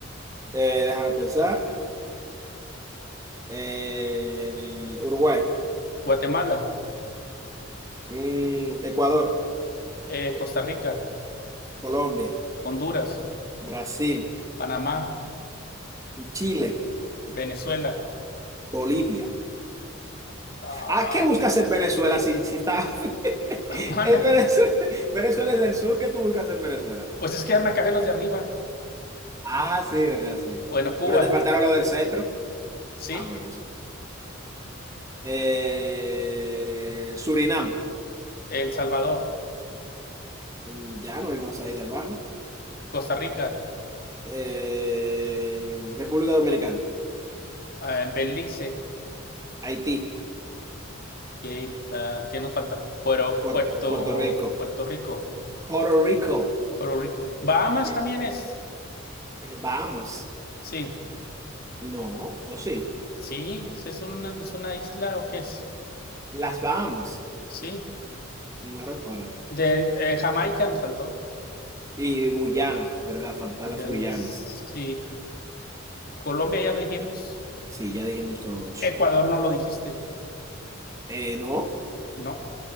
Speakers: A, on the right; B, on the left.
A: Eh, déjame pensar. Eh, Uruguay.
B: Guatemala,
A: Mm, Ecuador.
B: eh, Costa Rica,
A: Colombia.
B: Honduras,
A: Brasil.
B: Panamá,
A: Chile.
B: Venezuela.
A: Bolivia.
B: Ah,
A: Ah, ¿qué buscas en Venezuela si, si estás... <laughs> en
B: <laughs> manda,
A: Venezuela, Venezuela es del sur, ¿qué tú buscas en Venezuela?
B: pues es que ya me acabé los de arriba.
A: Ah, sí, verdad, sí.
B: Bueno, Cuba,
A: Pero te faltaron lo del centro.
B: sí,
A: Ah, bueno. sí. Eh, Surinam.
B: El Salvador,
A: Mm, Ya no hay más ahí debajo.
B: Costa Rica,
A: Eh, República Dominicana.
B: eh, Belice,
A: Haití.
B: que ah, ¿qué nos falta? Puerto,
A: Puer-
B: Puerto,
A: Puerto Rico.
B: Puerto Rico,
A: Puerto Rico.
B: Puerto Rico. Bahamas
A: Eh,
B: también es,
A: eh, Bahamas.
B: sí,
A: No, o sí.
B: sí, sí, es una, es una isla o qué es,
A: Las Bahamas.
B: sí.
A: No recuerdo.
B: De eh, Jamaica nos faltó.
A: Y Guyana, ¿verdad? Faltan
B: Guyana,
A: las Guyanas.
B: Sí, Colombia ya lo dijimos.
A: Sí, ya dijimos todo eso.
B: Ecuador no lo dijiste.
A: Eh, no.
B: No,